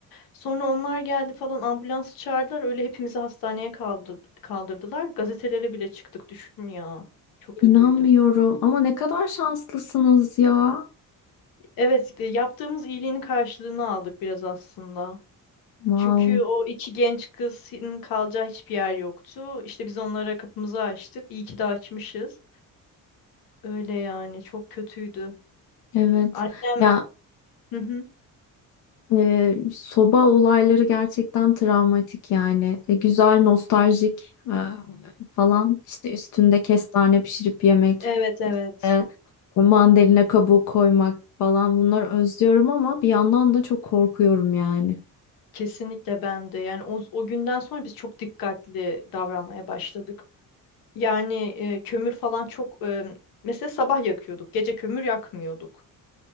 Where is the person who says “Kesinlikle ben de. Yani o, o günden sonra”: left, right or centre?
Left